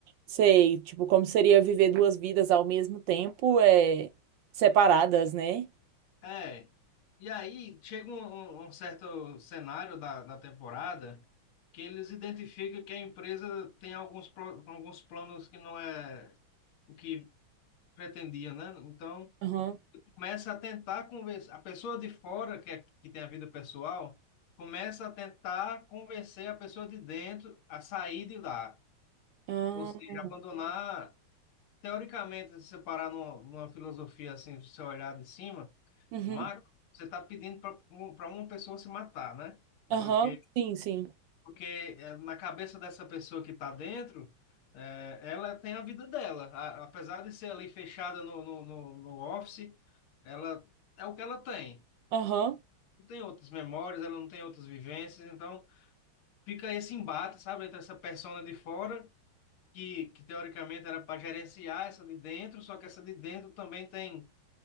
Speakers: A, on the right; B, on the left.
A: Sei, tipo, como seria viver duas vidas ao mesmo tempo, é, separadas, né?
B: É. E aí chega um, um- um certo cenário da, da temporada que eles identificam que a empresa tem alguns, pro- alguns planos que não é o que pretendia, né? Então
A: Aham,
B: começa a tentar convencer. A pessoa de fora, que, é, que tem a vida pessoal, começa a tentar convencer a pessoa de dentro a sair de lá.
A: ah,
B: Ou seja, abandonar, teoricamente, se você parar numa, numa filosofia assim, se você olhar de cima,
A: uhum,
B: macro, você está pedindo para uma pessoa se matar, né? Porque,
A: aham, sim, sim,
B: porque eh, na cabeça dessa pessoa que está dentro, eh, ela tem a vida dela. A- apesar de ser ali fechada no, no, no, no office, ela é o que ela tem.
A: aham,
B: Não tem outras memórias, ela não tem outras vivências, então fica esse embate, sabe, entre essa persona de fora que, que teoricamente era para gerenciar essa de dentro, só que essa de dentro também tem